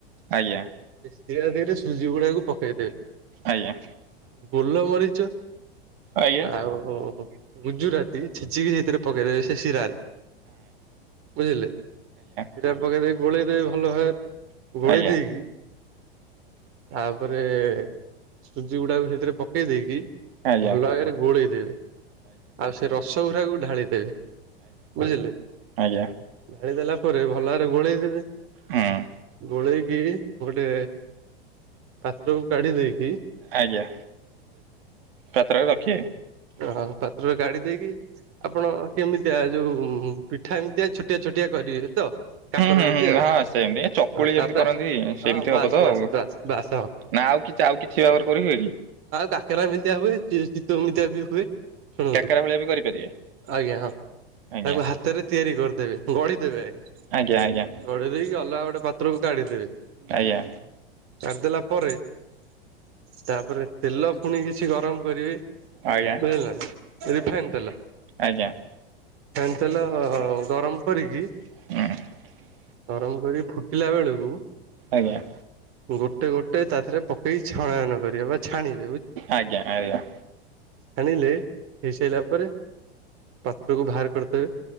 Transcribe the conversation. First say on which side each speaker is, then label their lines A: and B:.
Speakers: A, on the right; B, on the right.
A: ଆଜ୍ଞା।
B: ସୀରା ଦେଇ ଟିକେ ସୁଜି ଗୁଡାକକୁ ପକେଇଦେବେ।
A: ଆଜ୍ଞା।
B: ଗୋଲ ମରିଚ
A: ଆଜ୍ଞା ହଁ
B: ଆଉ ଗୁଜୁରାତି ଛେଚିକି ସେଇଥିରେ ପକେଇଦବେ ସେ ଶିରାରେ। ବୁଝିଲେ ସେଟା
A: ଆଜ୍ଞା
B: ପକେଇ ଦେଇ ଗୋଳେଇ ଦେବେ ଭଲ ଭାବେ।
A: ଆଜ୍ଞା
B: ଗୋଳେଇ ଦେଇକି
A: ଆଜ୍ଞା
B: ତାପରେ ସୁଜି ଗୁଡାକୁ ସେଥିରେ ପକେଇ ଦେଇକି
A: ଆଜ୍ଞା ଆଜ୍ଞା
B: ଭଲ ଆଗରେ ଗୋଳେଇଦବେ ଆଉ ସେ ରସ ସେ ଗୁରାକୁ ଢାଳି ଦେବେ। ବୁଝିଲେ
A: ଆଜ୍ଞା
B: ଢାଳିଦେଲା ପରେ ଭଲାରେ ଗୋଳେଇ ଦେବେ।
A: ହୁଁ
B: ଗୋଳେଇ ଗୋଟେ ପାତ୍ରକୁ କାଢି ଦେଇକି କି?
A: ଆଜ୍ଞା ପାତ୍ରରେ ରଖିବେ।
B: ଆଉ ପାତ୍ରରେ କାଢି ଦେଇକି ଆପଣ କେମିତିଆ ଯୋଉ ପିଠା ଏମିତିଆ ଛୋଟିଆ ଛୋଟିଆ କରିବେ ତ। କାକରା
A: <unintelligible>
B: ଏମିତିଆ
A: ହଁ ସେମିତି ଚକୁଳି ଯେମିତି
B: ତାପରେ
A: କରନ୍ତି
B: ହଁ
A: ସେମିତି
B: ବାସ୍
A: ହବ ତ
B: ବାସ୍
A: ଆଉ
B: ବାସ୍ ବାସ୍ ହଁ
A: ନା ଆଉ କିଛି ଆଉ କିଛି। <inaudible> କରିବେ କି?
B: କାକରା ଏମିତିଆ ହୁଏ ଚିତଉ ଏମିତିଆ ବି ହୁଏ। ଶୁଣନ୍ତୁ
A: କାକେରା ଭଳିଆ ବି କରିପାରିବେ
B: ଆଜ୍ଞା ହଁ
A: ଆଜ୍ଞା
B: ତାକୁ ହାତରେ ତିଆରି କର। ଦେବେ। ଗଢିଦେବେ ଆଜ୍ଞା
A: ଆଜ୍ଞା ଆଜ୍ଞା
B: ଗଢି ଦେଇକି ଅଲଗା ଗୋଟେ। ପାତ୍ରକୁ କାଢିଦେବେ।
A: ଆଜ୍ଞା।
B: କାଢ଼ି ଦେଲା ପରେ। ତାପରେ। ତେଲ ପୁଣି କିଛି ଗରମ କରିବେ
A: ଆଜ୍ଞା
B: ବୁଝିଲ ନା। ରିଫାଇନ ତେଲ।
A: ଆଜ୍ଞା।
B: ଫାଇନ ତେଲ ଗରମ କରିକି।
A: <unintelligible>
B: ଗରମ କରି ଫୁଟିଲା ବେଳକୁ।
A: ଆଜ୍ଞା।
B: ଗୋଟେ ଗୋଟେ ତା ତିରେ ପ। କେହି ଛଳୟନ କରିବା ବା ଛାଣିବ।
A: ଆଜ୍ଞା ଆଜ୍ଞା।
B: ଛାଣିଲେ ହେଇସାରିଲା ପରେ ପାତ୍ରକୁ ବାହାର କରିଦେବେ।